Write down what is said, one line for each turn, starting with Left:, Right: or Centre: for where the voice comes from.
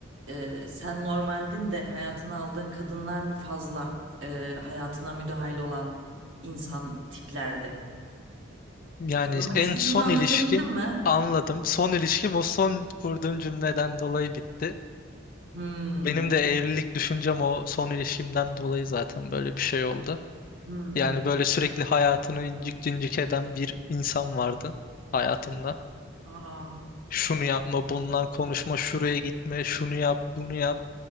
Right: e, sen normaldin de hayatına aldığın kadınlar mı fazla e, hayatına müdahil olan insan tiplerdi?
Left: Yani
Right: Sormak
Left: en
Right: istediğimi
Left: son
Right: anlatabildim
Left: ilişkim
Right: mi?
Left: anladım. Son ilişkim o son kurduğum cümleden dolayı bitti.
Right: Hmm.
Left: Benim de evlilik düşüncem o son ilişkimden dolayı zaten böyle bir şey oldu.
Right: Hmm,
Left: Yani böyle sürekli hayatını incik cincik eden bir insan vardı hayatımda.
Right: aa,
Left: Şunu yapma, bununla konuşma, şuraya gitme, şunu yap, bunu yap.